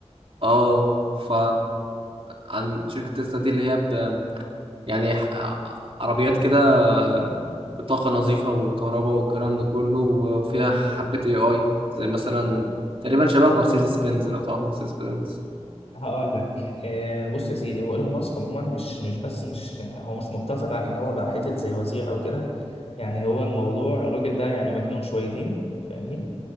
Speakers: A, on the right; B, on the left.
A: اه ف عن شركه تسلا دي اللي هي ب... يعني ح- عربيات كده آه، بطاقه نظيفه والكهرباء والكلام ده كله وفيها حبه اي اي زي مثلا تقريبا شبه مرسيدس بنز لو تعرف مرسيدس بنز
B: هقول لك أه بص يا سيدي هو ايلون ماسك عموما مش مش بس مش هو مش مقتصر على ان هو بقى حتت زي وزير او كده يعني هو الموضوع الراجل ده يعني مجنون شويتين فاهمني